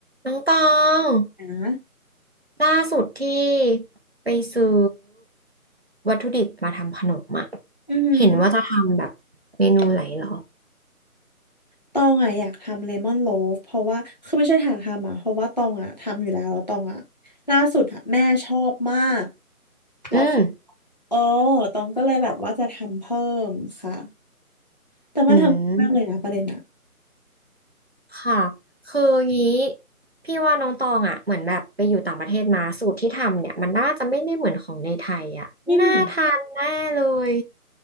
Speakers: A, on the right; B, on the left.
A: น้องตอง
B: นะ
A: ล่าสุดที่ไปซื้อวัตถุดิบมาทำขนมอะ
B: อือหือ
A: เห็นว่าจะทำแบบเมนูไหนเหรอ
B: ตองอ่ะอยากทำเลมอนโลฟเพราะว่าคือไม่ใช่ทางทำอ่ะเพราะว่าตองอ่ะทำอยู่แล้วแล้วตองอ่ะล่าสุดอ่ะแม่ชอบมากแล้ว
A: อืม
B: เออตองก็เลยแบบว่าจะทำเพิ่มค่ะแต่มันทำง่ายมากเลยนะประเด็นอ่ะ
A: อืมค่ะ คืองี้พี่ว่าน้องตองอะเหมือนแบบไปอยู่ต่างประเทศมาสูตรที่ทำเนี่ยมันน่าจะไม่ได้เหมือนของในไทยอะน่าทานแน่เลย
B: ไม่เหมือน